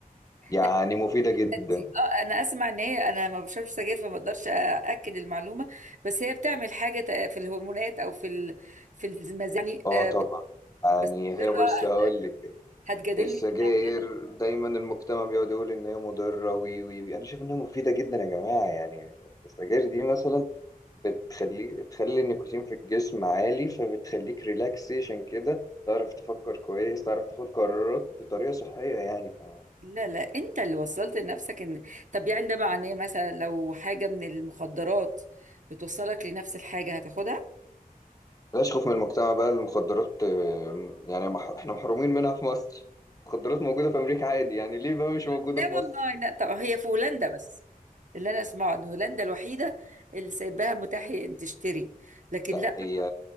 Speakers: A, on the left (about 25°); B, on the right (about 55°).
A: يعني
B: لا
A: مفيده جدا
B: دي اه انا اسمع ان هي انا ما بشربش سجاير فما اقدرش ااكد المعلومه بس هي بتعمل حاجه تق- في الهرمونات او في ال- في المزاج يعني
A: اه
B: آه،
A: طبعا يعني
B: بس
A: هي
B: مرة
A: بص هقول لك
B: هتجادلني
A: السجاير
B: في انها
A: دايما المجتمع بيقعد يقول ان هي مضره وي وي وي انا شايف انها مفيده جدا يا جماعه يعني السجاير دي مثلا بتخلي بتخلي النيكوتين في الجسم عالي فبتخليك ريلاكسيشن كده تعرف تفكر كويس تعرف تاخد قرارات بطريقه صحيه يعني ف
B: لا لا انت اللي وصلت لنفسك ان طب يعني ده معناه مثلا لو حاجة من المخدرات بتوصلك لنفس الحاجة هتاخدها؟
A: بلاش خوف من المجتمع بقى المخدرات آه، يعني مح... احنا محرومين منها في مصر المخدرات موجوده في امريكا عادي يعني ليه بقى مش موجوده
B: لا
A: في
B: والله
A: مصر
B: لا طب هي في هولندا بس اللي انا اسمعه ان هولندا الوحيدة اللي سايباها متاح ان تشتري لكن
A: لا
B: لا
A: هي
B: طبعا